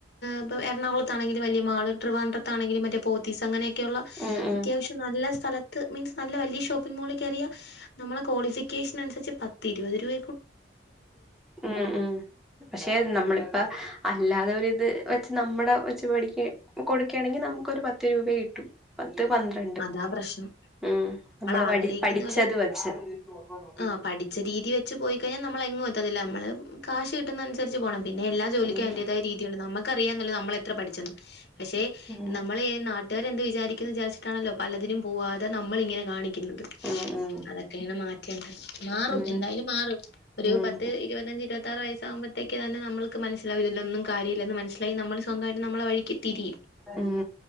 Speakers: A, on the left; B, in the centre.
A: ഇപ്പം എറണാകുളത്താണെങ്കില് വല്യ മാള് ട്രിവാൻഡ്രത്താണെങ്കില് മറ്റേ പോത്തീസ് അങ്ങനെ യ്ക്കെയൊള്ള
B: ഉം ഉം
A: അത്യാവശ്യം നല്ല സ്ഥലത്ത് മീൻസ് നല്ല വല്യ ഷോപ്പ് മോളി കേറിയാ നമ്മളെ ക്വാളിഫിക്കേഷൻ അനുസരിച്ച് പത്തിരുപത് രൂപ
B: ഉം ഉം പക്ഷെ നമ്മളിപ്പ അല്ലാതെ ഒരിത് വച്ച് നമ്മുടെ വച്ച് പഠിക്ക കൊടുക്ക്യേണെങ്കി നമുക്കൊരു പത്ത് രൂപേ കിട്ടൂ പത്ത് പന്ത്രണ്ട്
A: അതാ പ്രശ്നം
B: ഉം നമ്മൾ
A: ആഗ്രഹിക്കുന്ന
B: പടി പഠിച്ചത്
A: ഒരു
B: വെച്ച് ആ <unintelligible>
A: ആ പഠിച്ച രീതി വെച്ച് പോയിക്കഴിഞ്ഞാ നമ്മളെങ്ങു എത്തത്തില്ല മ്മള് കാശ് കിട്ടുന്നതനുസരിച്ച് പോണം പിന്നെ എല്ലാ ജോലിക്ക്
B: ഉം
A: അയ്ന്റേതായ രീതിയൊണ്ട് നമുക്കറിയാന്നല്ല നമ്മളെത്ര പഠിച്ചെന്ന് പക്ഷെ
B: ഉം
A: നമ്മളെ എ നാ വീട്ടുക്കാർ എന്ത് വിചാരിക്കും വിചാരിച്ചട്ടാണല്ലോ പലതിനും പോവാതെ നമ്മൾ ഇങ്ങനെ കാണി കുന്നത്
B: ഉം ഉം
A: അതൊക്കെയാണ് മാറ്റേണ്ടത് മാറും
B: ഉം
A: എന്തായാലും മാറും ഒരു
B: ഉം
A: പത്ത് ഇരുപത്തഞ്ച് ഇരുപത്താറ് വയസ്സ് ആകുമ്പോ ത്തേക്ക് തന്നെ നമ്മൾക്ക് മനസ്സിലാഉ ഇതിൽ ഒന്നും കാര്യോയില്ലന്ന് മനസ്സിലായി നമ്മൾ സ്വന്തമായിട്ട് നമ്മള വഴിക്ക് തിരിയും
B: ഉം